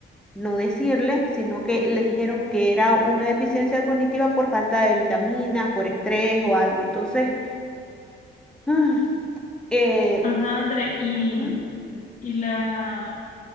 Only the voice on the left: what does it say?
Ajá, André, y,
y la...